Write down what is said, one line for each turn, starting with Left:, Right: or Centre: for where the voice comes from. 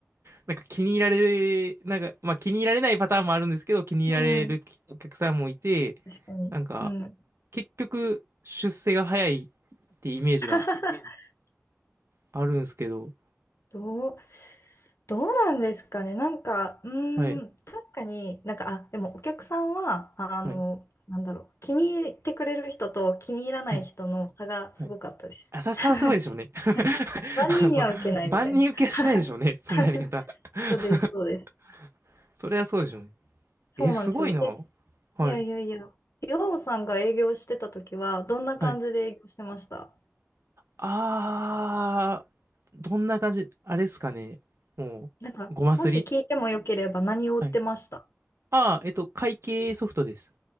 Right: なんか気に入られ、なんか、まあ気に入られないパターンもあるんですけど、気に入られるお客さんもいて、
Left: うん。確かに。
Right: なんか、
Left: うん。
Right: 結局、出世が早いってイメージが
Left: <laughs>
Right: あるんですけど、
Left: どう、どうなんですかね。なんか、うーん、
Right: はい、
Left: 確かになんか、あ、でもお客さんは、あの、
Right: はい、
Left: なんだろう、気に入ってくれる人と気に入らない人の差がすごかったです。
Right: はい、はい。浅さはすごいでしょうね。
Left: <laughs>
Right: <laughs>
Left: はい万人には受けないみたいな。
Right: あの、万人受けはしないでしょうね、そんなやり方。
Left: <laughs>
Right: <laughs>
Left: そうです、そうです。
Right: それはそうでしょうね。
Left: そうなんですよ。
Right: えすごいな。
Left: え、
Right: はい、
Left: いやいやいや、岩尾さんが営業してた時は、どんな感じで営業してました
Right: はい。あー、どんな感じ、あれっすかね。もう、
Left: なんか、
Right: ごますり。
Left: もし聞いてもよければ何を売ってました
Right: はいああ、えっと、会計ソフトです。